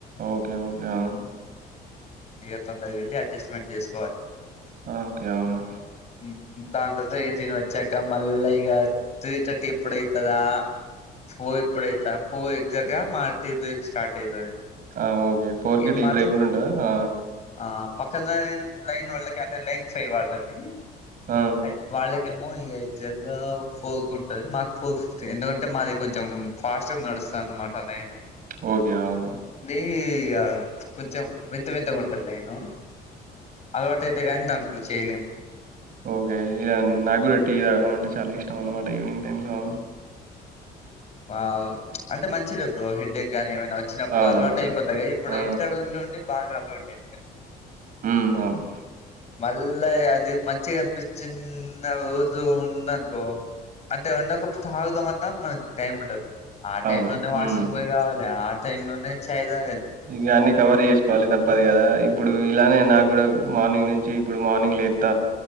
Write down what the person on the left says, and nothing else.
ఇక తొందరగేళ్ళి అడ్జస్ట్మెంట్ చేసుకోవాలి.
ఉమ్, దాని తర్వాత ఇగ తిని వచ్చాక మళ్ళ ఇగ త్రీ థర్టీ ఎప్పుడయితదా ఫోర్ ఎప్పుడైతా ఫోర్ ఎగ్జాక్ట్ గా మా టీ బ్రేక్ స్టార్ట్ అయితది.
ఇది
మాత్రం
ఆ పక్క లై లైన్ వాళ్ళకి అంటే లైన్ ఫైవ్ వాళ్ళది
అయ్ వాళ్ళకం మే ఇగ ఎగ్జెక్ట్ గా ఫోల్కు ఉంటది మాకు ఫోల్ ఫిఫ్టీ ఎందుకంటే మాది కొంచెం ఫాస్ట్గా నడుస్తాది అన్నమాట లైను
కి ఇగ కొంచెం వింత వింతగుంటది లైను అలవాటైతే గానీ దాంట్లో చేయలేము
వావ్ అంటే మంచిదే బ్రో హెడ్డెక్ గానీ ఏమైనా వచ్చినప్పుడు
అలువాటైపోతాయి
గా ఇప్పుడు
ఇంటికాడ ఉండి ఉండి బాగా ఫోర్ట్టిన్త్
మళ్ళా అది మంచిగా అనిపిచ్చిన్న రోజు ఉందనుకో అంటే వండక సాగుదాం అన్నా మనకి టైం ఉండదు ఆ టై
లోనే వాష్
రూమ్ పోయిరావాలె ఆ టైమ్ లైన్ చాయ్ తా
ఉహు,